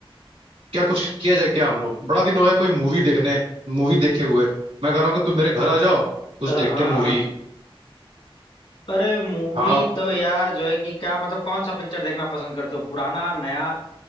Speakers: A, on the right (about 85°); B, on the left (about 75°).
A: क्या कुछ किया जाए क्या हम लोग बड़ा दिन हो गया कोई मूवी देखने मूवी देखे हुए मैं कह रहा हूँ कि तुम मेरे घर आ जाओ कुछ
B: अ,
A: देखते
B: हाँ
A: मूवी
B: हाँ अरे मूवी
A: हाँ
B: तो यार जो है कि क्या मतलब कौन सा पिक्चर देखना पसंद करते हो पुराना नया